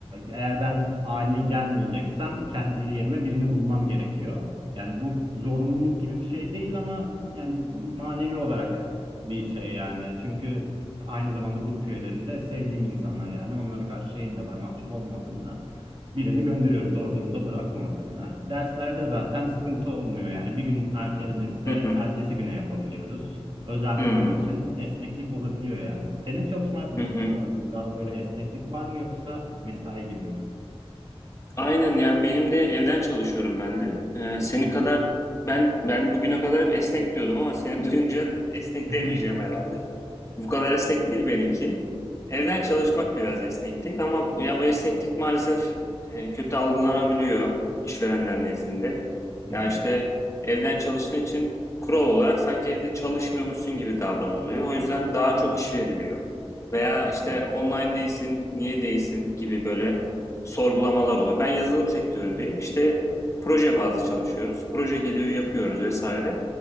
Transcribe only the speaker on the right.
eğer ben ani gelmeyeceksem kendi yerime birini bulmam gerekiyor. Yani bu zorunluluk gibi bir şey değil ama yani manevi olarak bir şey yani. Çünkü aynı zamanda grup üyelerim de sevdiğim insanlar yani. Onlara karşı şeyim de var mahcup olmamak adına birini gönderiyorum zor durumda bırakmamak adına. Derslerde zaten sıkıntı olmuyor yani bir gün ertelenirse
ertesi güne yapabiliyoruz. Özel
olduğu
için esneklik olabiliyor yani. Senin çalışma hayatın
nasıl bu arada? Daha böyle esneklik var mı yoksa mesai gibi mi?
Hı hı.
<laughs>
Aha.
Hı hı.
Evet.